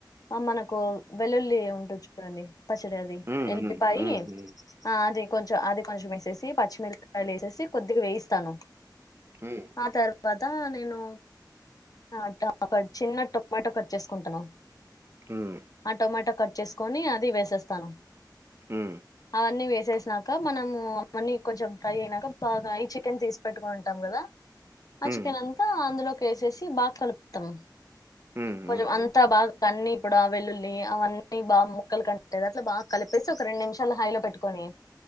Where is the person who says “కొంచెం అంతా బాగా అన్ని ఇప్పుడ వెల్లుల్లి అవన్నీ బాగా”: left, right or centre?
Left